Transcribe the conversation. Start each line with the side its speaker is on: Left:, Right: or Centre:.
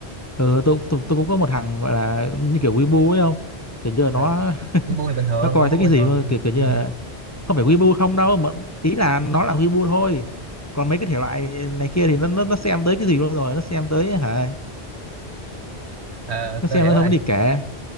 Left: ừ, tôi, tôi tôi cũng có một thằng gọi là như kiểu Weibo ấy không kiểu như là nó
Right: à,
Left: <laughs>
Right: cuối bu thì bình thường
Left: nó coi
Right: cuối bu
Left: thấy cái
Right: bình
Left: gì
Right: thường
Left: mà kiểu kiểu như
Right: ừ.
Left: là không phải Weibo không đâu mà ý là nó là Weibo thôi còn mấy cái thể loại này kia thì nó nó nó xem tới cái gì luôn rồi nó xem tới hả
Right: à,
Left: nó
Right: tôi
Left: xem
Right: hiểu
Left: nó
Right: rồi
Left: không có đi kể